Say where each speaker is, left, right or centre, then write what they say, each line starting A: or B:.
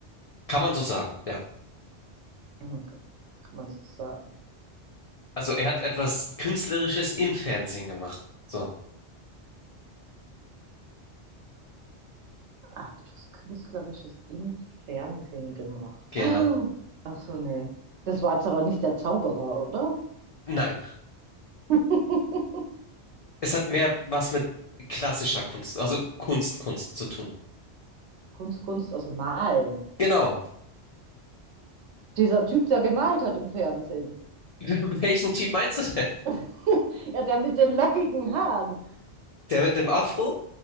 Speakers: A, on the left (about 70°); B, on the right (about 80°).
A: Kann man so sagen, ja.
B: Mhm, Okay. Kann man so sagen.
A: Also er hat etwas Künstlerisches im Fernsehen gemacht. So,
B: Ah, du hast Künstlerisches im Fernsehen gemacht.
A: genau.
B: <gasps> Ach so, nee. Das war jetzt aber nicht der Zauberer, oder?
A: Nein,
B: <laughs>
A: Es hat mehr was mit klassischer Kunst, also Kunst, Kunst zu tun.
B: Kunst, Kunst, also malen.
A: Genau.
B: Dieser Typ, der gemalt hat im Fernsehen.
A: <laughs> Welchen Typ meinst du denn?
B: <laughs> ja, der mit den lockigen Haaren.
A: Der mit dem Afro?